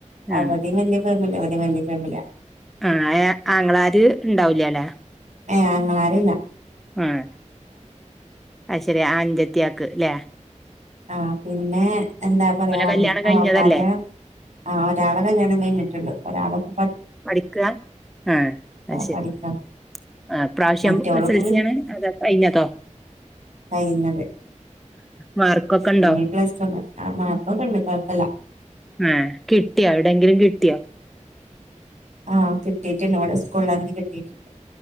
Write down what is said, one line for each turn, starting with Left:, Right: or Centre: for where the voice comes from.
Right: അവിടേം
Centre: ഉം
Right: വല്യ ഫാമിലിയാ ഇവിടേം വല്ലിയ ഫാമിലിയാ.
Centre: ആഹ ആങ്ങളാര് ഉണ്ടാവലല്ലേ?
Right: ഏ ആങ്ങളാര് ല്ല.
Centre: ആഹ അ ശരി അഞ്ചത്തിയാക്ക് അല്ലേ?
Right: ആ പിന്നെ എന്താ പറയാ
Centre: കല്യാണം കഴിഞ്ഞതല്ലേ
Right: ആപ്പാന്റെ ആ ഒരാളെ കല്യാണം കഴിഞ്ഞിട്ടുള്ളോ ഒരാൾക്ക്
Centre: പഠിക്കാ ആഹ അ ശരി.
Right: പഠിക്കാ
Centre: ആ ഇപ്രാവശ്യം
Right: മറ്റോൾക്ക്
Centre: എസ്‌ൽസി ആണ് അത് കയിഞ്ഞത്തോ?
Right: കയിഞ്ഞത്.
Centre: മാർക്കൊക്കെ ഉണ്ടോ
Right: ഇഞ്ഞ് പ്ലസ് ടു ആ മാർക്കോക്കെ ണ്ട് കുഴപ്പല്ല.
Centre: ആഹ കിട്ടിയാ എവിടെയങ്കിലും കിട്ടിയോ?
Right: ആഹ് കിട്ടിയിട്ടുണ്ട് ഇവിടെ സ്കൂളിൽ കിട്ടിയിട്ടുണ്ട്